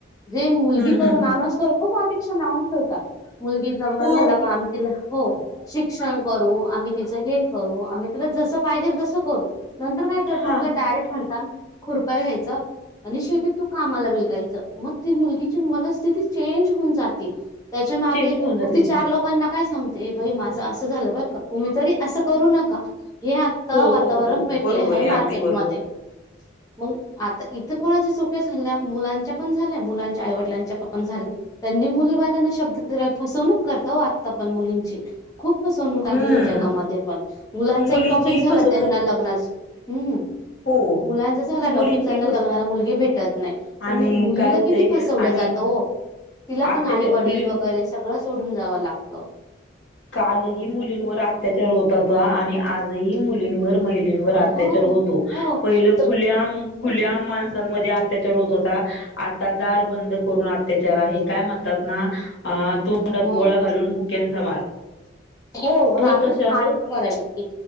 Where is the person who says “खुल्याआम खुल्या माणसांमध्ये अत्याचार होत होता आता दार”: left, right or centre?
Left